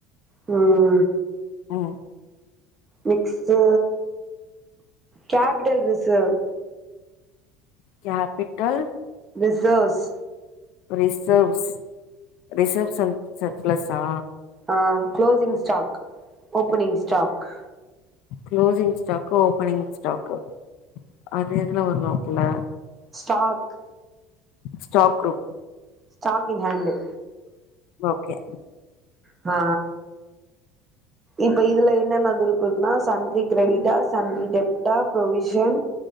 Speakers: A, on the right (about 15°); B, on the left (about 55°).
A: ம்
B: ம்
A: next capital reserve
B: capital
A: reserves
B: reserves reserves an சர்பிளஸ்ஸா
A: ஆ closing stock opening stock
B: closing stock opening stock அது எதுல ஒரு நோக்குல
A: stock
B: stock
A: stock in hand
B: okay
A: ஆ இப்ப இதுல என்னென்ன குரூப் இருக்குன்னா சன்ட்ரி கிரெடிட்டா சன்ட்ரி டெப்டா provision